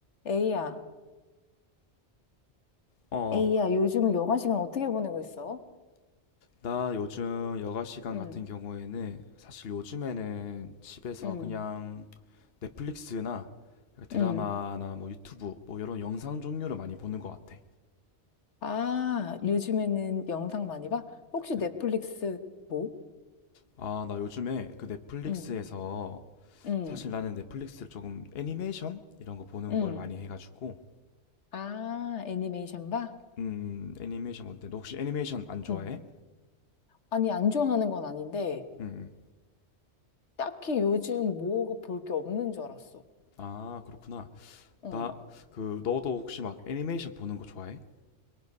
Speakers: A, on the left; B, on the left.
A: 에이야,
B: 어,
A: 에이야, 요즘 여가 시간 어떻게 보내고 있어?
B: 나 요즘 여가 시간
A: 응,
B: 같은 경우에는 사실 요즘에는 집에서
A: 응,
B: 그냥 넷플릭스나 드라마나
A: 응,
B: 뭐 유튜브 뭐 이런 영상 종류를 많이 보는 것 같아.
A: 아, 요즘에는 영상 많이 봐? 혹시
B: 그-
A: 넷플릭스 뭐?
B: 아, 나 요즘에 그 넷플릭스에서
A: 응, 응,
B: 사실 나는 넷플릭스를 조금 애니메이션 이런 거 보는
A: 응,
B: 걸 많이 해가지고
A: 아, 애니메이션 봐?
B: 음, 음, 애니메이션 뭔데? 너 혹시 애니메이션 안 좋아해?
A: 응. 아니, 안 좋아하는 건 아닌데,
B: 음,
A: 딱히 요즘 뭐 볼 게 없는 줄 알았어.
B: 아, 그렇구나.
A: 어,
B: 나 그 너도 혹시 막 애니메이션 보는 거 좋아해?